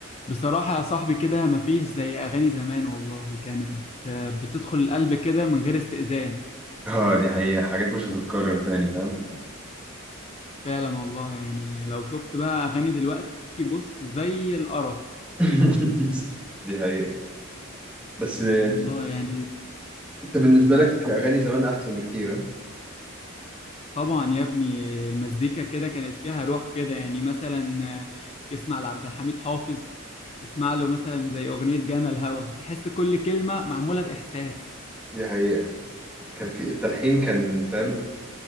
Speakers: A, on the left; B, in the centre.
A: بصراحة يا صاحبي كده مفيش زي أغاني زمان والله كانت آه، بتدخل القلب كده من غير استئذان
B: اه دي حقيقة حاجات مش هتتكرر تاني فاهم
A: فعلا والله يعني لو شفت بقى أغاني دلوقتي بص زي القرف
B: <laughs> دي حقيقة بس آه،
A: والله يعني
B: انت بالنسبة لك اغاني زمان احسن بكتير ها؟
A: طبعا يا ابني المزيكا كده كانت فيها روح كده يعني مثلا آه، تسمع لعبد الحميد حافظ تسمع له مثلا زي أغنية جانا الهوى تحس كل كلمة معمولة بإحساس
B: دي حقيقة كان في التلحين كان فاهم